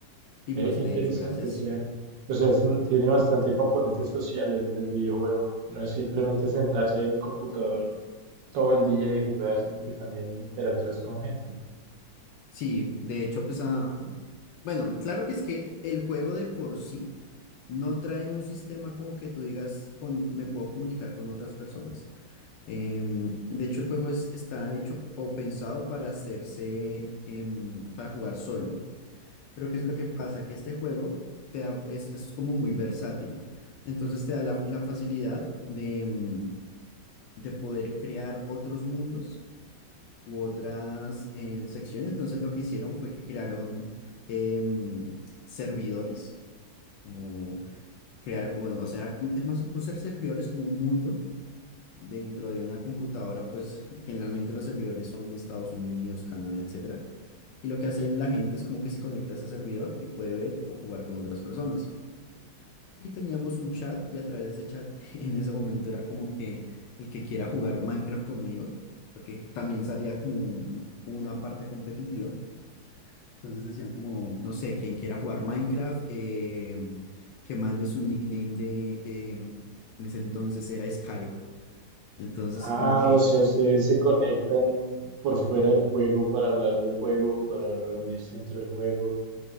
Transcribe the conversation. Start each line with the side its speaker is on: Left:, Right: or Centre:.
Left: Y
Right: Ve
Left: pues
Right: qué
Left: de
Right: interesante,
Left: hecho, gracias.
Right: o sea, o sea, es un- tiene bastante componente social el, el videojuego. No es simplemente sentarse ahí en el computador todo el día y jugar, sino que también interactúas con gente.
Left: Sí, de hecho, pues a... Bueno, claro que es que el juego de por sí no trae un sistema como que tú digas, con, me puedo comunicar con otras personas. Em, de hecho, el juego es- está hecho o pensado para hacerse, em, para jugar solo. Pero ¿qué es lo que pasa? Que este juego te da- es, es como muy versátil. Entonces te da la, la facilidad de, mm, de poder crear otros mundos u otras eh, secciones. Entonces lo que hicieron fue que crearon em, servidores, como crear, bueno, o sea, era como- es más, un ser servidor es como un mundo dentro de una computadora, pues <laughs> generalmente los servidores son de Estados Unidos, Canadá, etcétera y lo que hace la gente es como que se conecta a ese servidor y puede ver o jugar con otras personas. Y teníamos un chat y a través de ese chat <laughs> en ese momento era como que el que quiera jugar Minecraft conmigo, porque también salía como un- una parte competitiva. Entonces decían como, no sé, quien quiera jugar Minecraft, em, que mande su nickname de, em, en ese entonces era Skype. Entonces
Right: Ah,
Left: como que,
Right: o sea, ustedes se conectan por fuera del juego para hablar del juego, para reunirse dentro del juego.